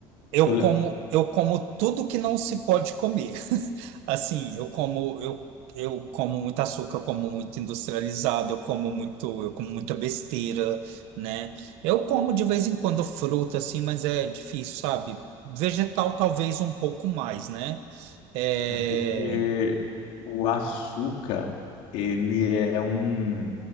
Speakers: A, on the right; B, on the left.
A: Eu
B: eu lembro-
A: como, eu como tudo que não se pode comer. <laughs> Assim, eu como, eu, eu como muito açúcar, eu como muito industrializado, eu como muito, eu como muita besteira, né? Eu como de vez em quando fruta, assim, mas é difícil, sabe? Vegetal talvez um pouco mais, né? É
B: é porque o açúcar, ele é um